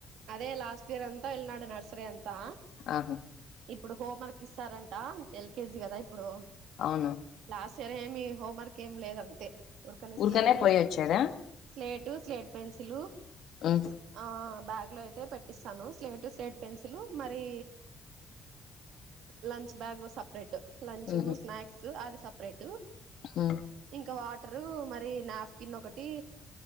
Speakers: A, on the right; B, on the left.
A: అదే లాస్ట్ ఇయర్ అం త వెళ్ళినాడు నర్సరీ అంతా
B: ఆహా
A: ఇప్పుడు హోం వర్క్ ఇస్తారంట. ఎల్కేజి కదా ఇప్పుడు
B: అవును
A: లాస్ట్ ఇయర్ ఏమి హోంవర్క్ ఏమి లేదు అంతే ఉర్కనే
B: ఊరికనే
A: స్లేటు
B: పోయి వచ్చారా
A: స్లేటు స్లేట్ పెన్సిలు
B: ఉమ్,
A: ఆ బ్యాగ్ లో అయితే పెట్టిస్తాను స్లేట్ స్లేట్ పెన్సిల్ మరి లంచ్ బ్యాగ్ సప్రేట్ లంచ్ను
B: ఉహు
A: స్నాక్స్ అది సపరేట్
B: ఉ
A: ఇంకా వాట ర్ మరి నాఫకిన్ ఒకటి